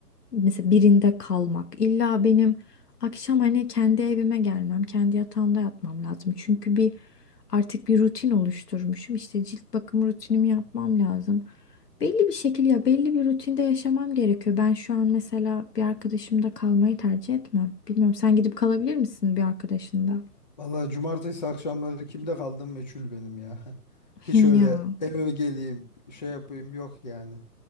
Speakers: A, on the left; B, on the left.
A: Mesela birinde kalmak. İlla benim akşam hani kendi evime gelmem, kendi yatağımda yatmam lazım. Çünkü bir artık bir rutin oluşturmuşum. İşte cilt bakım rutinimi yapmam lazım. Belli bir şekilde, ya belli bir rutinde yaşamam gerekiyor. Ben şu an mesela bir arkadaşımda kalmayı tercih etmem. Bilmiyorum sen gidip kalabilir misin bir arkadaşında?
B: Vallahi cumartesi akşamları kimde kaldım meçhul benim ya. <laughs>
A: <laughs>
B: Hiç öyle
A: Ya.
B: eve geleyim şey yapayım yok yani.